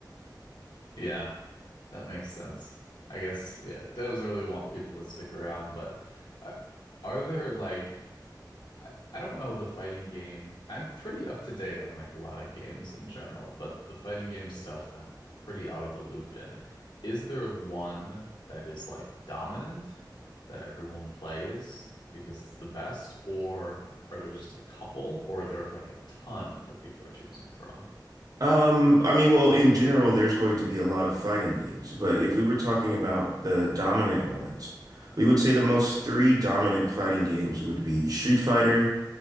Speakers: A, on the left; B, on the right.
A: Yeah, that makes sense. I guess, yeah, devs really want people to stick around, but uh, are there like I, I don't know the fighting game. I'm pretty up to date on like a lot of games in general, but the fighting game stuff I'm pretty out of the loop in. Is there one that is like dominant that everyone plays because it's the best, or are there just a couple, or are there like a ton that people are choosing from?
B: Um, I mean, well, in general, there's going to be a lot of fighting games, but if we were talking about the dominant ones, we would say the most three dominant fighting games would be Street Fighter,